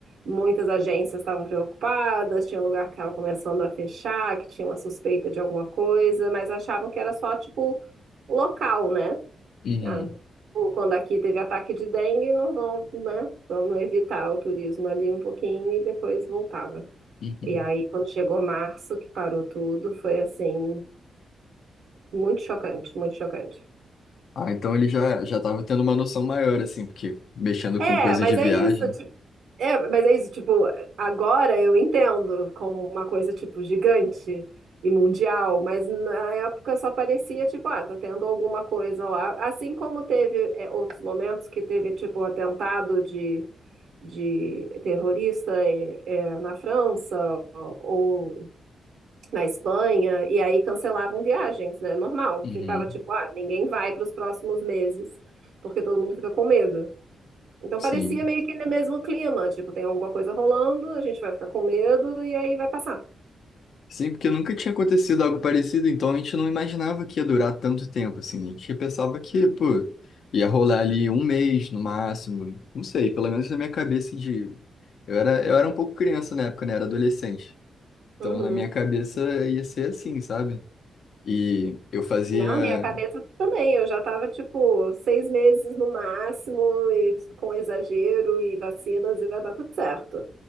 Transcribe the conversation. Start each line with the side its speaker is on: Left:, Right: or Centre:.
Right: Muitas agências estavam preocupadas, tinha lugar que estava começando a fechar, que tinha uma suspeita de alguma coisa, mas achavam que era só, tipo, local, né?
Left: Uhum,
Right: Ah, tipo, quando aqui teve ataque de dengue, não vão, né? Vamos evitar o turismo ali um pouquinho e depois voltava.
Left: uhum.
Right: E aí, quando chegou março, que parou tudo, foi assim, muito chocante, muito chocante.
Left: Ah, então ele já já estava tendo uma noção maior, assim, porque mexendo
Right: É,
Left: com coisas
Right: mas
Left: de viagem.
Right: é isso, É, mas é isso, tipo, agora eu entendo como uma coisa, tipo, gigante e mundial, mas na época só parecia, tipo, ah, tá tendo alguma coisa lá. Assim como teve, é, outros momentos que teve, tipo, atentado de, de terrorista, é, é, na França ou na Espanha, e aí cancelavam viagens, né? Normal.
Left: Uhum,
Right: Ficava, tipo, ah, ninguém vai para os próximos meses, porque todo mundo fica com medo. Então
Left: sim.
Right: parecia meio que no mesmo clima, tipo, tem alguma coisa rolando, a gente vai ficar com medo e aí vai passar.
Left: Sim, porque nunca tinha acontecido algo parecido, então a gente não imaginava que ia durar tanto tempo, assim. A gente pensava que, pô, ia rolar ali um mês no máximo. Não sei, pelo menos na minha cabeça de. Eu era, eu era um pouco criança na época, né? Era adolescente. Então
Right: Uhum.
Left: na minha cabeça ia ser assim, sabe? E eu fazia.
Right: Não, minha cabeça também, eu já tava, tipo, seis meses no máximo, e com exagero e vacinas e vai dar tudo certo.